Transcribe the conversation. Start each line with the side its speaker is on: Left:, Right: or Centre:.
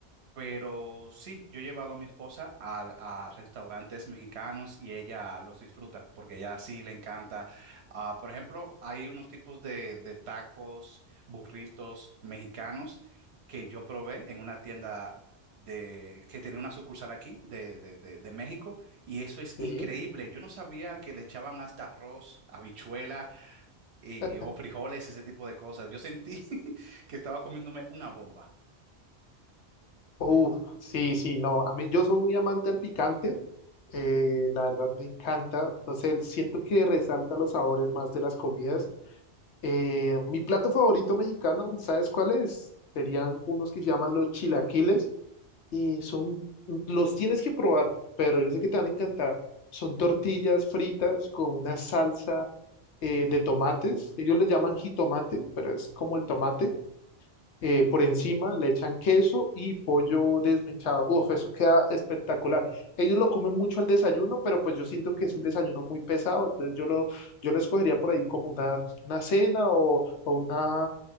Right: Pero sí, yo he llevado a mi esposa a, a restaurantes mexicanos y ella los disfruta porque ella sí le encanta. Ah, por ejemplo, hay unos tipos de, de tacos, burritos mexicanos que yo probé en una tienda de, que tenía una sucursal aquí de, de, de, de México y eso es increíble.
Left: sí.
Right: Yo no sabía que le echaban hasta arroz, habichuela y,
Left: <laughs>
Right: o frijoles, ese tipo de cosas. Yo sentí <laughs> que estaba comiéndome una bomba.
Left: Uf, sí, sí, no, a mí yo soy muy amante al picante, eh, la verdad me encanta, no sé, siento que resalta los sabores más de las comidas. Eh, mi plato favorito mexicano, ¿sabes cuál es? Serían unos que se llaman los chilaquiles Y son, los tienes que probar, pero yo sé que te van a encantar. Son tortillas fritas con una salsa eh, de tomates. Ellos le llaman jitomate, pero es como el tomate. Eh, por encima le echan queso y pollo desmechado. Uf, eso queda espectacular. Ellos lo comen mucho al desayuno, pero pues yo siento que es un desayuno muy pesado. Entonces yo lo, yo lo escogería por ahí como una, una cena o, o una,